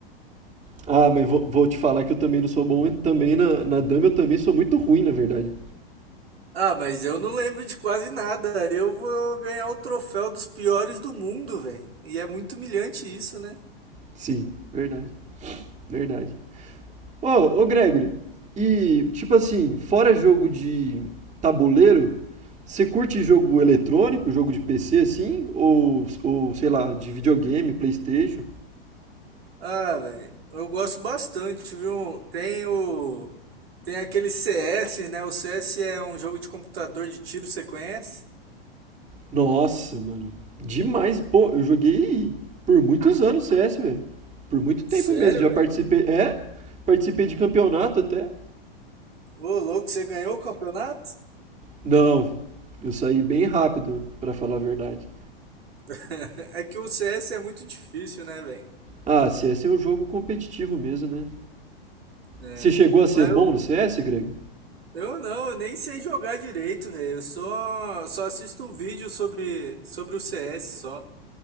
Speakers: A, on the right; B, on the right.
A: Ah, mas vou, vou te falar que eu também não sou bom em- também na, na dama, eu também sou muito ruim, na verdade.
B: Ah, mas eu não lembro de quase nada. Eu vou ganhar o troféu dos piores do mundo, velho. E é muito humilhante isso, né?
A: Sim, verdade, verdade. Ô, ô Gregory, e tipo assim, fora jogo de tabuleiro, você curte jogo eletrônico, jogo de PC assim? Ou, ou sei lá, de videogame, PlayStation?
B: Ah, velho, eu gosto bastante, viu? Tem o. Tem aquele CS, né? O CS é um jogo de computador de tiro, você conhece?
A: Nossa, mano. Demais. Pô, eu joguei por muitos anos CS, velho. Por muito tempo
B: Sério,
A: mesmo. Já
B: velho?
A: participei. É? Participei de campeonato até.
B: Ô, louco, você ganhou o campeonato?
A: Não, eu saí bem rápido, pra falar a verdade.
B: <laughs> É que o CS é muito difícil, né, velho?
A: Ah, CS é um jogo competitivo mesmo, né?
B: É.
A: Você chegou a ser
B: Mas
A: bom
B: eu,
A: no CS, Grego?
B: eu não, eu nem sei jogar direito, velho. Eu só, só assisto um vídeo sobre, sobre o CS só.